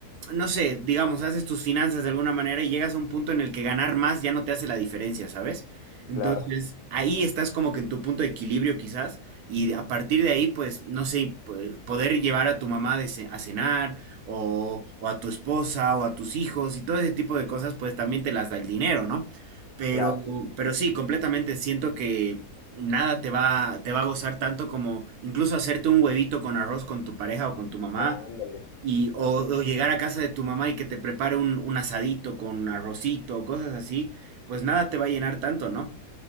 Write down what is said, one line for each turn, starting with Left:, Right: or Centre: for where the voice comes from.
Right: no sé, digamos, haces tus finanzas de alguna manera y llegas a un punto en el que ganar más ya no te hace la diferencia, ¿sabes? Entonces,
Left: claro,
Right: ahí estás como que en tu punto de equilibrio quizás y a partir de ahí, pues, no sé, pu- poder llevar a tu mamá de ce- a cenar o, o a tu esposa o a tus hijos y todo ese tipo de cosas, pues también te las da el dinero, ¿no? Pero,
Left: claro.
Right: pero sí, completamente siento que nada te va, te va a gozar tanto como incluso hacerte un huevito con arroz con tu pareja o con tu mamá
Left: Ándale.
Right: y o, o llegar a casa de tu mamá y que te prepare un, un asadito con arrocito cosas así, pues nada te va a llenar tanto, ¿no?